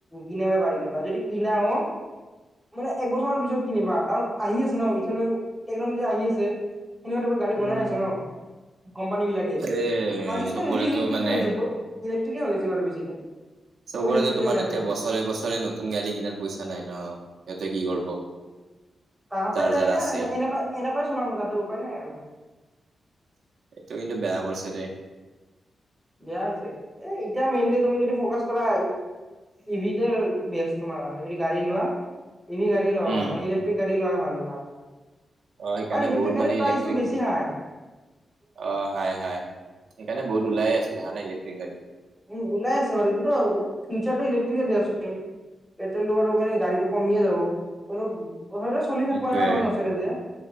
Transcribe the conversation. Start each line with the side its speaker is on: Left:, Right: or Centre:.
Centre: কিনি পাৰিলে বা যদি কিনাও মানে একবছৰ মান পিছত কিনিবা কাৰণ আহি আছে ন ইথ টেকনলজি আহি আছে। সনেকুৱা টাইমৰ গাড়ী
Right: উম,
Centre: বনাই আছে ন কোম্পানী বিলাকে
Right: এ
Centre: আজিকালো
Right: চবৰেতো
Centre: বেছি ইলেক্ট্ৰিকে
Right: মানে
Centre: হৈ যাব। ইলেক্ট্ৰিকে হৈছে বাৰু বেছিকে।
Right: চবৰে
Centre: চব ইলেক্ট্ৰিকে
Right: তোমাৰ
Centre: ওলাইছে
Right: এতিয়া বছৰে বছৰে নতুন গাড়ী কিনাৰ পইচা নাই ন সিহঁতে কি কৰিব। <inaudible>
Centre: তাহাঁতেৰ
Right: যাৰ যাৰ
Centre: এইয়া
Right: আছে।
Centre: এনেকুৱা এনেকুৱাই চলাব তাহতে উপায় নাই আৰু
Right: এইটো কিন্তু বেয়া কৰিছে দেই।
Centre: বেয়া হৈছে এ এতিয়া মেইনলি তুমি যদি ফকাচ কৰা ইভিতে বেষ্ট। তোমাৰ মানে গাড়ী লোৱা ই গাড়ী লোৱা
Right: উম,
Centre: ভাল মানে ইলেক্ট্ৰিক গাড়ী লোৱা ভাল হয়।
Right: অ' সেইকাৰণে
Centre: আৰু ইলেক্ট্ৰিক
Right: বহুত মানে
Centre: গাড়ীৰ
Right: ইলেক্ট্ৰিক
Centre: প্ৰাইচটো বেছি হয়।
Right: অ হাই হাই সেইকাৰণে বহুত ওলাইে আছিলে হানে ইলেক্ট্ৰিক গাড়ী।
Centre: উম ওলাই আছে বাৰু য ফিউচাৰটো ইলেক্ট্ৰিকে বেষ্ট। পেট্ৰলটো বাৰু মানে গাড়ীটো কমিয়ে যাব কোনো কথাতো চলি
Right: সেইটোয়ে
Centre: থাকিব ন নচছিললে যে